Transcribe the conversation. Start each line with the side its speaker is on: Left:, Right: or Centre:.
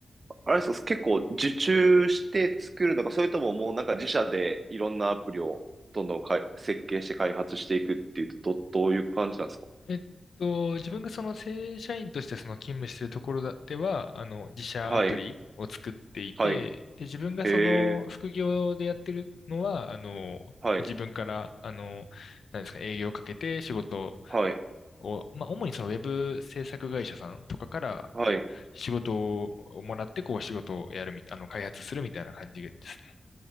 Right: あれですか、結構受注して作るのか、それとももうなんか自社でいろんなアプリをどんどんかい設計して開発していくっていうと、ど、どういう感じなんですか
Left: えっと、自分がその正社員としてその勤務しているところだでは、あの、自社アプリを作っていて、
Right: はい、はい、
Left: で、自分がその副業でやってるのは、
Right: へえ、
Left: あの、
Right: はい、
Left: 自分から、あの、何ですか、営業をかけて仕事
Right: はい、
Left: を、まあ、主にそのウェブ制作会社さんとかから
Right: はい。
Left: 仕事をもらって、こう仕事をやるみ、あの、開発するみたいな感じですね。